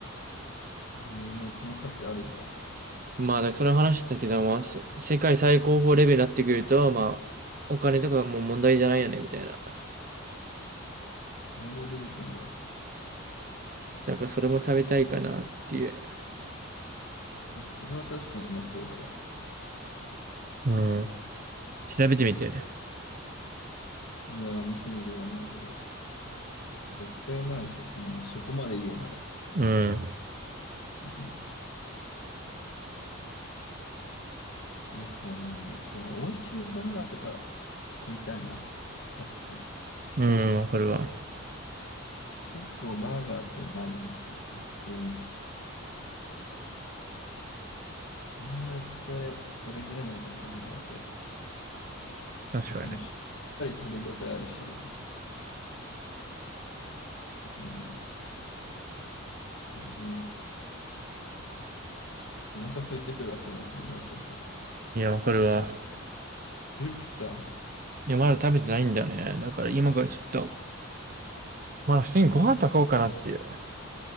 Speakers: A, on the left (about 65°); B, on the right (about 40°).
A: えー、でもその価値あるんだ。
B: まあ、だからその話したけども、す世界最高峰レベルになってくると、まあ、お金とかがもう問題じゃないよね、みたいな。
A: そのレベルいくんだ。
B: だからそれも食べたいかなっていう。
A: いや、それは確かにうまそうだわ。
B: うん。調べてみて。
A: いやー、見てみるわ、マジで。絶対うまいでしょ、そんな、そこまで言うなら。
B: うん。
A: うんあとね、そうね、美味しいバーガーとか食いたいな。確かに。
B: うん、わかるわ。
A: 結構バーガーってうまいよねっていう、もう普通に。あんまり期待裏切らないじゃん、バーガーって。
B: 確かにね。
A: あの、しっかり食べ応えあるし。うん。いいね。お腹空いてくるわ、そういうの考えてると。
B: いや、わかるわ。
A: 昼食った。
B: いや、まだ食べてないんだよね。だから今からちょっと、まだ普通にご飯炊こうかなっていう。